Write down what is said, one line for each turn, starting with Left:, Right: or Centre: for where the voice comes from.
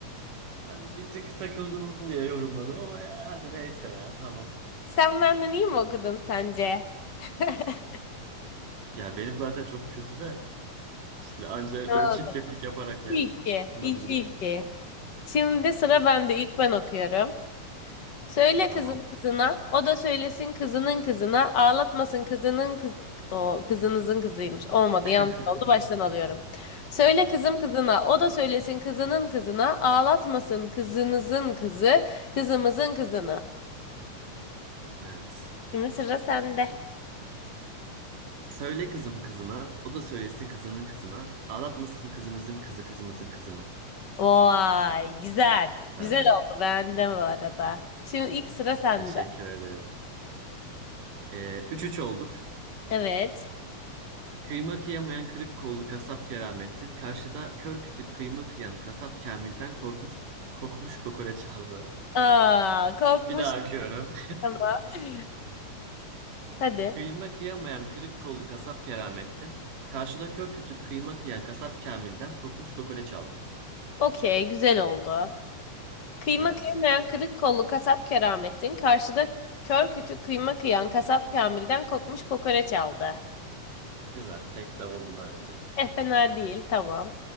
Right: Ben bir tık takıldın diye yorumladım ama ya, hadi neyse ya tamam.
Left: Sen benden iyi mi okudun sence? <laughs>
Right: Ya benim zaten çok kötü de işte anca
Left: Tamam
Right: böyle çirkeflik
Left: o zaman.
Right: yaparak yani
Left: İki,
Right: sunabilirim.
Left: iki, iki. Şimdi sıra bende. İlk ben okuyorum. Söyle
Right: Tamam.
Left: kızım kızına, o da söylesin kızının kızına, ağlatmasın kızının kız... O kızınızın kızıymış. Olmadı,
Right: <laughs>
Left: yanlış oldu. Baştan alıyorum. Söyle kızım kızına, o da söylesin kızının kızına, ağlatmasın kızınızın kızı, kızımızın kızını.
Right: Evet.
Left: Şimdi sıra sende.
Right: Söyle kızım kızına, o da söylesin kızının kızına. Ağlatmasın kızınızın kızı kızımızın kızını.
Left: Vay güzel.
Right: Tabii.
Left: Güzel <laughs> oldu beğendim bu arada. Şimdi ilk sıra sende.
Right: Teşekkür ederim. Ee, 3-3 olduk.
Left: Evet.
Right: Kıyma kıyamayan kırık kollu kasap Keramettin. Karşıda kör kütük kıyma kıyan kasap Kamil'den korkmuş kokmuş kokoreç aldı.
Left: Aa, korkmuş
Right: Bir daha okuyorum.
Left: ama. <laughs> Hadi.
Right: Kıyma kıyamayan kırık kollu kasap Keramettin, karşıda kör kütük kıyma kıyan kasap Kamil'den kokmuş kokoreç aldı.
Left: Okey, güzel oldu. Kıyma
Right: Versin.
Left: kıymayan kırık kollu kasap Keramettin karşıda kör kütük kıyma kıyan kasap Kamil'den kokmuş kokoreç aldı.
Right: Güzel. Tek de oldu bence.
Left: Eh fena değil, tamam.